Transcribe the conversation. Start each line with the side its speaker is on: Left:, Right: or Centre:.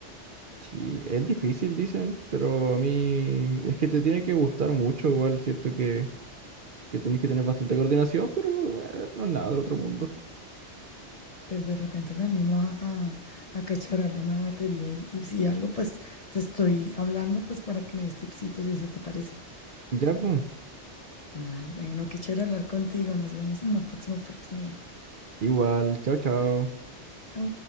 Right: sí, es difícil, dicen, pero a mí es que te tiene que gustar mucho, igual siento que, que tenés que tener bastante coordinación, pero eh, no es nada del otro mundo.
Left: Pero de repente me animo a, a, a cacharrarle una batería y, y si algo, pues te estoy hablando, pues para que me des tipsitos y eso te parece.
Right: Ya, pues.
Left: Ay, bueno, qué chévere hablar contigo. Nos vemos en una próxima oportunidad.
Right: Igual, chao, chao.
Left: Chau.